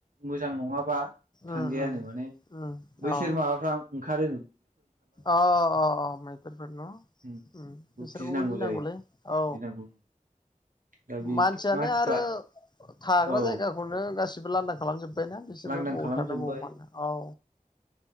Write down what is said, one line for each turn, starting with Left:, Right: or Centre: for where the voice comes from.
Right: मोजां नङाबा थांजायानो
Left: उम उम
Right: माने
Left: उम
Right: बैसोर
Left: अ
Right: माबाफ्रा ओंखारो
Left: अ अ अ मैदेरफोर न'
Right: बेखौ
Left: उम बिसोरखौबो
Right: गिनांगौ
Left: गिनांगौलै
Right: जायो
Left: औ
Right: गिनांगौ दा बे
Left: मानसियानो
Right: मानसिफ्रा
Left: आरो थाग्रा
Right: औ
Left: जायगाखौनो गासिबो लान्दा खालामजोब्बायनाा बिसोरबो
Right: लांदां
Left: बबाव
Right: खालामजोब्बाय
Left: थानो बबाव मानो औ